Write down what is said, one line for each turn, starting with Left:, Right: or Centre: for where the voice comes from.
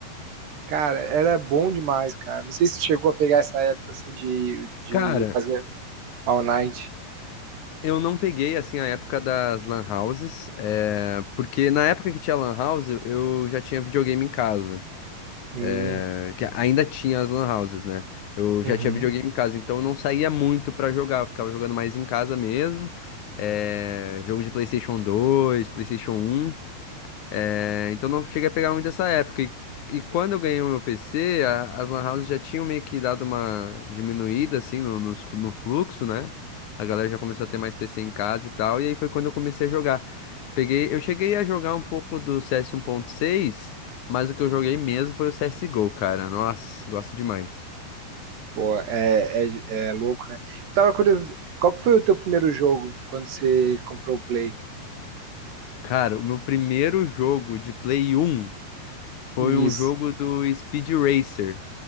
Right: Cara, era bom demais, cara. Não sei se chegou a pegar essa época assim de, de
Left: Cara,
Right: fazer All Night.
Left: eu não peguei, assim, a época das lan houses, é, porque na época que tinha lan house, eu já tinha videogame em casa,
Right: Hum,
Left: é, que ainda tinha as lan houses, né? Eu
Right: uhum.
Left: já tinha videogame em casa, então eu não saía muito pra jogar, eu ficava jogando mais em casa mesmo. É, jogo de PlayStation 2, PlayStation um. É, então não cheguei a pegar muito essa época. E, e quando eu ganhei o meu PC, a- as lan houses já tinham meio que dado uma diminuída, assim, no, nos flu- no fluxo, né? A galera já começou a ter mais PC em casa e tal, e aí foi quando eu comecei a jogar. Peguei, eu cheguei a jogar um pouco do CS 1.6, mas o que eu joguei mesmo foi o CSGO, cara. Nossa, gosto demais.
Right: Pô, é, é, é louco, né? Tava curioso, qual que foi o teu primeiro jogo quando você comprou o Play?
Left: Cara, o meu primeiro jogo de Play 1 foi
Right: Isso.
Left: um jogo do Speed Racer.